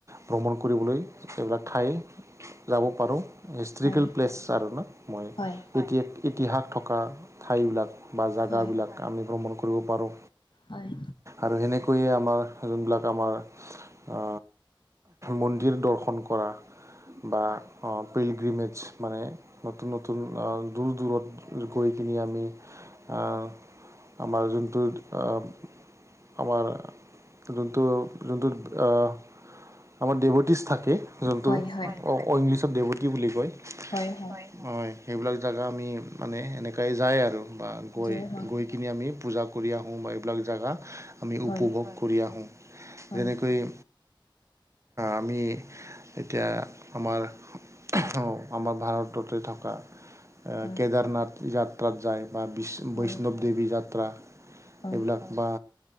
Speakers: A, on the right; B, on the left.
A: ভ্ৰমণ কৰিবলৈ এইবিলাক ঠাই যাব পাৰোঁ। হিষ্ট্ৰীকেল
B: হয়
A: প্লেছ আৰু ন, মই
B: হয় হয়
A: ইতি ইতিহাস থকা ঠাইবিলাক বা জাগা
B: হয়
A: বিলাক আমি ভ্ৰমণ কৰিব পাৰোঁ।
B: হয়।
A: আৰু সেনেক কৈয়ে আমাৰ যোনবিলাক আমাৰ আ মন্দিৰ দৰ্শন কৰা বা অঁ পিলগ্ৰীমেজ মানে নতুন নতুন অঁ দূৰ দূৰত গৈ কিনি আমি আ আমাৰ যোনটো অঁ আমাৰ যোনটো যোনটোত অহ আমাৰ দেভটিছ থাকে যোনটো
B: হয় হয়
A: অ অঁ ইংলিছত দেৱতী বুলি কয়।
B: হয় হয়।
A: হয় সেইবিলাক জাগা আমি মানে এনেকাই যায় আৰু বা গৈ
B: জয় হ
A: গৈ কিনি আমি পূজা কৰি আহোঁ বা এইবিলাক জাগা আমি
B: হয়
A: উপভোগ কৰি আহোঁ
B: হয়
A: যেনেকৈ আমি এতিয়া আমাৰ অঁ আমাৰ ভাৰত ততে থকা
B: হয়
A: কেদাৰনাথ যাত্ৰাত যায় বা বিশ্ব
B: হয়
A: বৈষ্ণৱ দেৱী যাত্ৰা
B: হয়
A: এইবিলাক বা